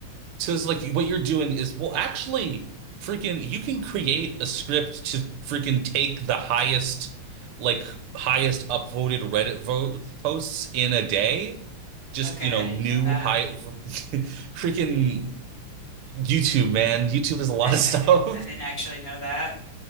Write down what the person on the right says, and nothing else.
So it's like what you're doing is, well, actually, freaking, you can create a script to freaking take the highest, like, highest upvoted Reddit vote posts in a day. Just,
you know,
new
high, <laughs> freaking YouTube, man. YouTube is a lot
of stuff.